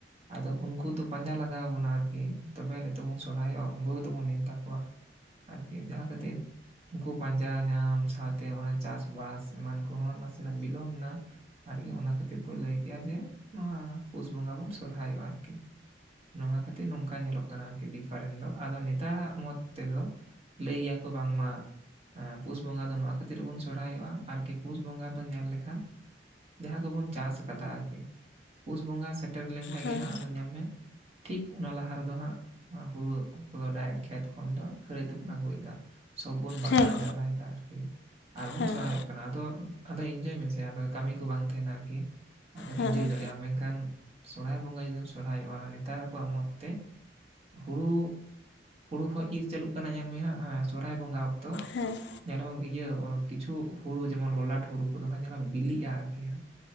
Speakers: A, on the right (about 35°); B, on the left (about 65°).
A: ᱟᱫᱚ ᱩᱱᱠᱩ ᱫᱚ ᱯᱟᱸᱡᱟ ᱞᱟᱜᱟᱣ ᱵᱚᱱᱟ ᱟᱨᱠᱤ ᱛᱚᱵᱮ ᱱᱤᱛᱚᱜ ᱵᱩᱱ ᱥᱚᱨᱦᱟᱭᱚᱜ ᱩᱱᱠᱩ ᱜᱮᱛ ᱵᱚᱱ ᱱᱮᱣᱛᱟ ᱠᱚᱣᱟ᱾ ᱟᱨᱠᱤ ᱡᱟᱦᱟᱸ ᱠᱷᱟᱹᱛᱤᱨ ᱩᱱᱠᱩ ᱯᱟᱸᱡᱟ ᱧᱟᱢ ᱥᱟᱶᱛᱮ ᱚᱱᱟ ᱪᱟᱥᱵᱟᱥ, ᱮᱢᱟᱱ ᱠᱚᱦᱚᱸ ᱱᱟᱥᱮᱱᱟᱜ ᱵᱤᱞᱚᱢ ᱮᱱᱟ ᱟᱨᱠᱤ ᱚᱱᱟ ᱠᱷᱟᱹᱛᱤᱨ ᱠᱚ ᱞᱟᱹᱭ ᱠᱼᱟ ᱡᱮ ᱱᱚᱣᱟ ᱯᱩᱥ ᱵᱚᱸᱜᱟ ᱵᱩᱱ ᱥᱚᱨᱦᱟᱭᱚᱜᱼᱟ ᱟᱨᱠᱤ ᱱᱚᱣᱟ ᱠᱷᱟᱹᱛᱤᱨ ᱱᱚᱝᱠᱟ ᱧᱮᱞᱚᱜ ᱠᱟᱱᱟ ᱟᱨᱠᱤ ᱰᱤᱯᱷ ᱯᱷᱟᱨᱮᱱ ᱫᱚ ᱟᱫᱚ ᱱᱮᱛᱟᱨᱟᱜ ᱢᱚᱛ ᱛᱮᱫᱚ ᱞᱟᱹᱭ ᱜᱮᱭᱟᱠᱚ ᱵᱟᱝᱢᱟ ᱯᱩᱥ ᱵᱚᱸᱜᱟ ᱫᱚ ᱱᱚᱣᱟ ᱠᱷᱟᱹᱛᱤᱨᱵᱚᱱ ᱥᱚᱨᱦᱟᱭᱚᱜᱼᱟ ᱟᱨᱠᱤ ᱯᱩᱥ ᱵᱚᱸᱜᱟ ᱫᱚ ᱧᱮᱞ ᱞᱮᱠᱷᱟᱱ ᱡᱟᱦᱟᱸ ᱠᱚᱵᱚᱱ ᱪᱟᱥ ᱟᱠᱟᱫᱟ ᱟᱨᱠᱤ ᱯᱩᱥ ᱵᱚᱸᱜᱟ ᱥᱮᱴᱮᱨ ᱞᱮᱱᱠᱟᱱ
B: ᱦᱮᱸ
A: ᱜᱮ ᱦᱟᱸᱜ ᱟᱫᱚ ᱧᱮᱞ ᱢᱮ ᱴᱷᱤᱠ ᱞᱟᱦᱟ ᱦᱟᱸᱜ ᱦᱩᱲᱩ ᱠᱚ ᱰᱟᱭᱨᱮᱴ ᱠᱷᱮᱛ ᱠᱷᱚᱱ ᱫᱚ ᱠᱷᱟᱹᱨᱟᱹᱭ ᱛᱮᱵᱚᱱ ᱟᱹᱟᱜᱩᱭᱮᱫᱟ ᱥᱚᱵ ᱵᱚᱱ ᱵᱟᱜᱟᱣ
B: ᱦᱮᱸ
A: ᱡᱟᱣᱨᱟᱭᱮᱫᱟ ᱟᱨᱠᱤ ᱟᱨᱵᱩᱱ
B: ᱦᱮᱸ
A: ᱥᱦᱟᱭᱚᱜ ᱠᱟ ᱠᱟᱱᱟ ᱟᱫᱚᱤᱱᱡᱚᱭ ᱢᱮᱥᱮ ᱟᱫᱚ ᱠᱟᱹᱢᱤ ᱠᱚ ᱵᱟᱝ ᱛᱟᱦᱮᱱᱟ ᱟᱨᱠᱤ ᱟᱫᱚ
B: ᱦᱮᱸ
A: ᱤᱱᱡᱚᱭ ᱫᱟᱲᱮᱭᱟᱜ ᱢᱮᱱᱠᱷᱟᱱ ᱥᱚᱨᱦᱟᱭ ᱵᱚᱸᱜᱟ ᱡᱩᱫᱤᱢ ᱥᱚᱨᱦᱟᱭᱚᱜᱼᱟ ᱱᱮᱛᱟᱨ ᱟᱠᱚᱣᱟᱜ ᱢᱚᱛ ᱛᱮ ᱦᱩᱲᱩ ᱦᱩᱲᱩ ᱦᱚᱸ ᱤᱨᱻ ᱪᱟᱹᱞᱩᱜ ᱠᱟᱱᱟ ᱧᱮᱞ ᱢᱮ ᱦᱟᱸᱜ ᱥᱚᱨᱚᱦᱦᱟᱭ ᱵᱚᱸᱜᱟ ᱚᱠᱛᱚ
B: ᱦᱮᱸ᱾
A: ᱧᱮᱞᱟᱢ ᱤᱭᱟᱹ ᱠᱤᱪᱷᱩ ᱦᱩᱲᱩ ᱡᱮᱢᱚᱱ ᱞᱚᱞᱟᱴ ᱦᱩᱲᱩ ᱠᱚᱫᱚ ᱦᱟᱸᱜ ᱡᱮᱱᱚ ᱵᱤᱞᱤᱜᱼᱟ ᱟᱨᱠᱤ ᱦᱟᱸ᱾